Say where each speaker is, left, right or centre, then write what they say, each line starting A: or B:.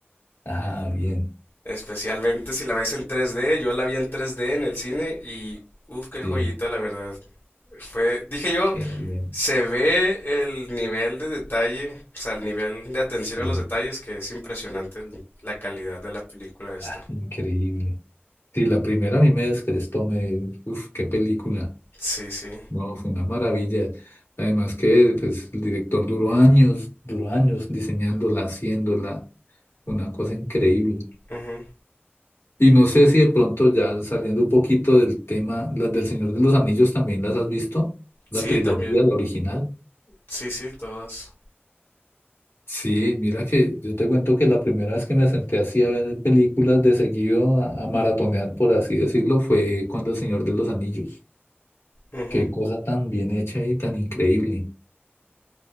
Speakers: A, on the left (about 85°); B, on the left (about 60°).
A: Ah, bien,
B: Especialmente si la ves en 3D, yo la vi en 3D en el cine y uff, qué
A: sí,
B: joyita la verdad. Fue, dije yo,
A: qué bien,
B: se ve el nivel de detalle, o sea, el nivel de atención
A: sí,
B: a los detalles que es impresionante el- la calidad de la película esta.
A: ah, increíble. Sí, la primera a mí me descrestó, me, uf, qué película.
B: Sí, sí.
A: No, fue una maravilla. Además que pues, el director duró años, duró años diseñándola, haciéndola, una cosa increíble.
B: ujú.
A: Y no sé si de pronto ya saliendo un poquito del tema, las del Señor de los Anillos también las has visto, la
B: Sí,
A: trilogía,
B: también.
A: la original.
B: Sí, sí, todas.
A: Sí, mira que yo te cuento que la primera vez que me senté así a ver películas de seguido, a, a maratonear, por así decirlo, fue cuando El Señor de los Anillos.
B: Ujú.
A: Qué cosa tan bien hecha y tan increíble.